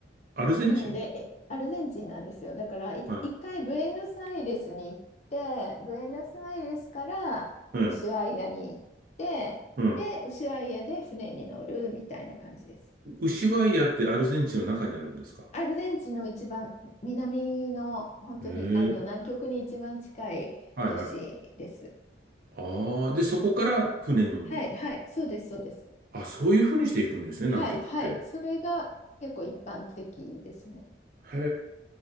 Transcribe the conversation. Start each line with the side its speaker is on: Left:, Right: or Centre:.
Right: アルゼンチン
Left: なので、えアルゼンチンなんですよ。だから、い一回ブエノスアイレスに行って、
Right: はい。
Left: ブエノスアイレスからウシュアイアに行って、
Right: うん。うん。
Left: で、ウシュアイアで船に乗るみたいな感じです。
Right: ウシバイアってアルゼンチンの中にあるんですか
Left: アルゼンチンの一番南の本当にあの南極に一番近い都市です。
Right: ええはいはい。ああ、で、そこから船に乗るんだ。
Left: はいはいそうですそうです。
Right: あ、そういうふうにしていくんですね、南極って。
Left: はいはいそれが結構一般的ですね。
Right: へ